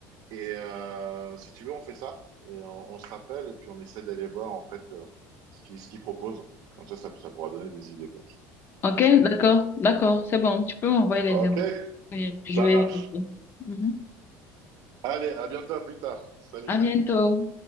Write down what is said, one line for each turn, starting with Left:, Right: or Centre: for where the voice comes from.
Right: Et euh, si tu veux, on fait ça, et on, on se rappelle, et puis on essaie d'aller voir, en fait, euh, ce qu'ils ce qu'ils proposent. Comme ça, ça, ça pourra donner des idées. quoi.
Left: Ok, d'accord, d'accord, c'est bon. Tu peux m'envoyer les
Right: OK,
Left: infos et
Right: ça
Left: je vais
Right: marche.
Left: vérifier. Mhm.
Right: Allez, à bientôt, à plus tard. Salut.
Left: À bientôt.